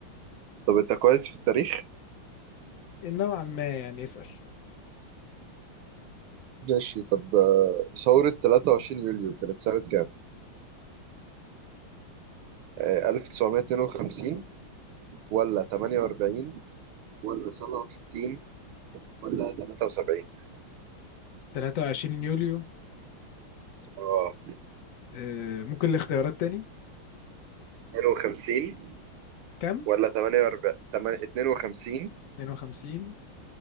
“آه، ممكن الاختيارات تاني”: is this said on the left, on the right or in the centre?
Left